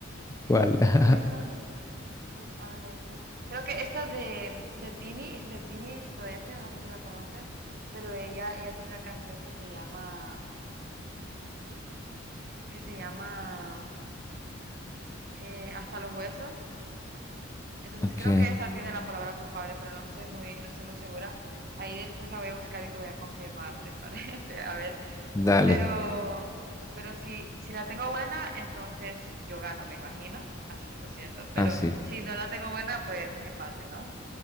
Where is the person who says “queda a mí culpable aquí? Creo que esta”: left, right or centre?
Right